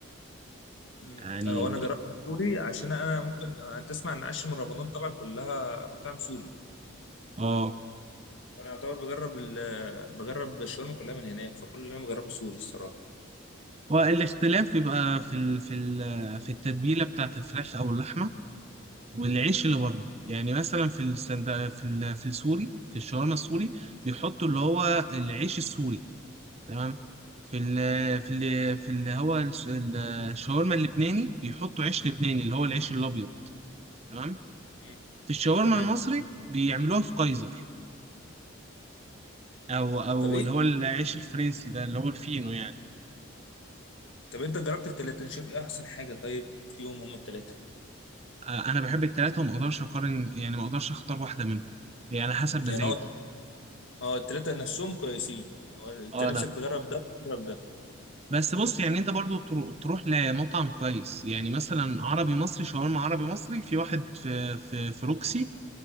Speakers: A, on the left; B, on the right.
A: أمم.
B: يعني
A: هو انا جربت السوري عشان انا ممكن انت تسمع ان عش من رمضان طبعا كلها مطاعم سوري
B: اه
A: فانا اعتبر بجرب ال... بجرب الشاورما كلها من هناك فكل اللي انا بجربه سوري الصراحه
B: والاختلاف بيبقى في ال... في ال... في التتبيله بتاعت الفراخ او اللحمه والعيش اللي بره يعني مثلا في السند... في ال... في السوري في الشاورما السوري بيحطوا اللي هو العيش السوري تمام في ال... في ال... في اللي هو الس- ال- الشاورما اللبناني بيحطوا عيش لبناني اللي هو العيش الابيض تمام
A: أمم.
B: في الشاورما
A: تمام
B: المصري بيعملوها في كايزر او او
A: طب ايه
B: اللي هو العيش الفرنسي ده اللي هو الفينو يعني
A: طب انت جربت التلاته انت شايف ايه احسن حاجه طيب فيهم هم التلاته
B: آه، انا بحب التلاته وما اقدرش اقارن يعني ما اقدرش اختار واحده منهم يعني على حسب
A: يعني
B: مزاجي
A: هو اه التلاته نفسهم كويسين هو انت
B: اه
A: نفسك
B: لا
A: تجرب ده تجرب ده
B: بس بص يعني انت برضو ترو- تروح لمطعم كويس يعني مثلا عربي مصري شاورما عربي مصري في واحد في في, في روكسي